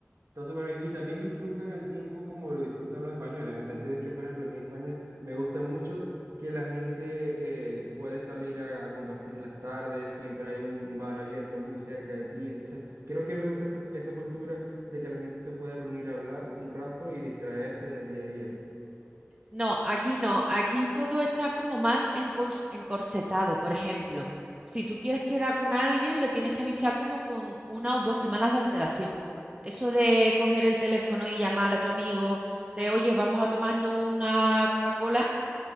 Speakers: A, on the right (about 85°); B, on the right (about 25°).
A: está súper bien. Y también disfrutan el tiempo como lo disfrutan los españoles, en el sentido de que, por ejemplo, aquí en España me gusta mucho que la gente eh, puede salir a, a compartir en las tardes, siempre hay un, un bar abierto muy cerca de ti. Entonces, creo que me gusta esa, esa cultura de que la gente se puede reunir a hablar un rato y distraerse del día a día.
B: no, aquí no, aquí todo está como más encons- encorsetado. Por ejemplo, si tú quieres quedar con alguien, lo tienes que avisar como con una o dos semanas de antelación. Eso de coger el teléfono y llamar a tu amigo, de oye, vamos a tomarnos una Coca-Cola,